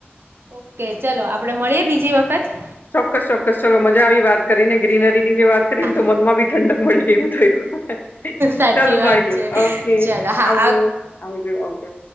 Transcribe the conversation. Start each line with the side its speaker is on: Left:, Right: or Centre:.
Right: ઓકે ચલો આપડે મળીએ બીજી વખત
Left: ચોક્કસ ચોક્કસ ચાલો મજા આવી વાત કરીને ગ્રીનરી
Right: ચાલો.
Left: ની જે વાત કરીને
Right: હા
Left: તો મનમાં બી ઠંડક મળી ગવું થયું.
Right: સાચી
Left: ચાલો મળીએે
Right: વાત છે
Left: ઓકે
Right: ચલો હા
Left: આવજો આવજો આવજો.